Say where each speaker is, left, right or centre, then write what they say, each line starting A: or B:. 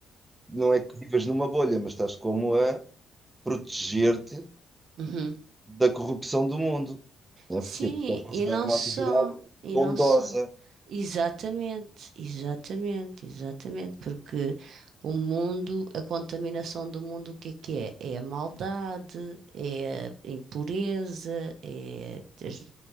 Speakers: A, on the right (about 15°); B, on the right (about 70°).
A: não é que vives numa bolha, mas estás como a proteger-te
B: Uhum.
A: da corrupção do mundo. Né?
B: Sim,
A: Porquê? Porque eles consideram
B: e não
A: uma
B: só,
A: atividade
B: e
A: bondosa,
B: não só. Exatamente, exatamente, exatamente, porque o mundo, a contaminação do mundo, o que é que é? É a maldade, é a impureza, é, as-